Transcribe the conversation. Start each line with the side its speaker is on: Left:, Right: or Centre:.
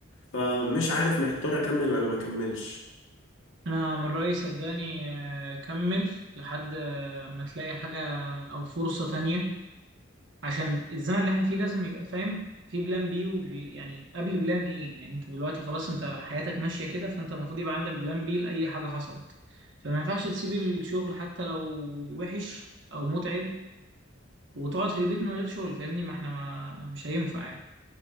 Left: فمش عارف محتار اكمل ولا ما اكملش
Right: انا من رأيي صدقني آه، كمل لحد آه، ما تلاقي حاجة او فرصة تانية عشان الزمن اللي احنا فيه لازم يبقى فاهم في بلان بي وبل... يعني قبل بلان ايه يعني انت دلوقتي خلاص انت حياتك ماشية كده فانت المفروض يبقى عندك بلان بي لأي حاجة حصلت فما ينفعش تسيب الشغل حتى لو وحش او متعب وتقعد في البيت من غير شغل فاهمني ما احنا ما مش هينفع يعني